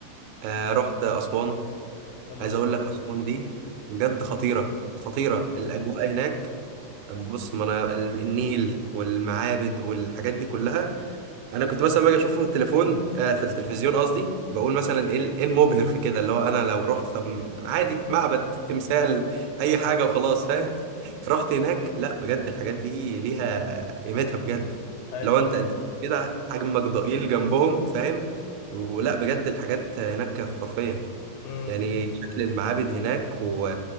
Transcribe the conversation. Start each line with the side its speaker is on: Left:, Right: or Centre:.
Right: آه رحت اسوان
Left: الأقصر
Right: عايز اقول لك اسوان دي بجد خطيره خطيره
Left: مم.
Right: الاجواء هناك بص ما انا ال- النيل والمعابد والحاجات دي كلها انا كنت مثلا باجي اشوفه في التليفون آه في التلفزيون قصدي بقول مثلا ايه ال- إيه المبهر في كده اللي هو انا لو رحت طب عادي معبد تمثال اي حاجه وخلاص فاهم <laughs> رحت هناك لا بجد الحاجات دي ليها قيمتها بجد
Left: ايوه
Right: لو انت
Left: ايوه
Right: انت كده حجمك ضئيل جنبهم فاهم ولا بجد الحاجات هناك خرافيه
Left: امم
Right: يعني شكل المعابد هناك و...